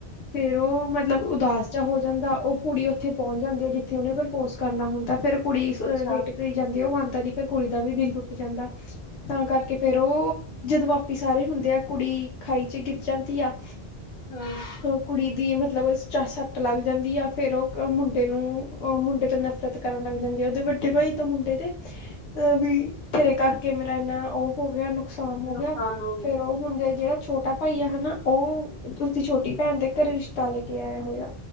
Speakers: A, on the left; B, on the left.
A: ਫੇਰ ਉਹ ਮਤਲਬ ਉਦਾਸ ਚ ਹੋ ਜਾਂਦਾ ਉਹ ਕੁੜੀ ਉੱਥੇ ਪਹੁੰਚ ਜਾਂਦੀ ਹੈ। ਜਿੱਥੇ ਉਹਨੇ ਪ੍ਰਪੋਸ ਕਰਨਾ ਹੁੰਦਾ ਫੇਰ ਕੁੜੀ
B: ਅੱਛਾ
A: ਵੇਟ ਰਹੀ ਜਾਂਦੀ ਆ। ਉਹ ਮੰਨਦਾ ਨੀ ਫੇਰ ਕੁੜੀ ਦਾ ਵੀ ਦਿਲ ਟੁਟ ਜਾਂਦਾ ਤਾਂ ਕਰਕੇ ਫੇਰ ਉਹ ਜਦੋਂ ਵਾਪਿਸ ਆ ਰਹੇ ਹੁੰਦੇ ਆ ਕੁੜੀ ਖਾਈ 'ਚ ਗਿਰ ਜਾਂਦੀ ਆ।
B: ਹੂੰ-ਹੂੰ-ਹੂੰ-ਹੂੰ।
A: ਕੁੜੀ ਦੀ ਮਤਲਬ ਚਾਹ ਸੱਟ ਲੱਗ ਜਾਂਦੀ ਆ ਫਿਰ ਉਹ ਮੁੰਡੇ ਨੂੰ ਅਹ ਮੁੰਡੇ ਤੋਂ ਨਫ਼ਰਤ ਕਰਨ ਲੱਗ ਜਾਂਦੀ ਉਹਦੇ ਵੱਡੇ ਭਾਈ ਤੋਂ ਮੁੰਡੇ ਤੇ
B: ਹ। <inaudible>
A: ਅ ਵੀ ਤੇਰੇ ਕਰਕੇ ਮੇਰਾ ਇੰਨਾ ਉਹ ਹੋ ਗਿਆ ਨੁਕਸਾਨ ਹੋ
B: ਨੁਕਸਾਨ
A: ਗਿਆ
B: ਹੋ ਗਿਆ
A: ਫੇਰ ਉਹ ਹੁਣ ਜਿਹੜਾ ਛੋਟਾ ਭਾਈਆ ਹਨਾ ਉਹ ਉਸਦੀ ਛੋਟੀ ਭੈਣ ਦੇ ਘਰੇ ਰਿਸ਼ਤਾ ਲੈ ਕੇ ਆਇਆ ਹੋਇਆ।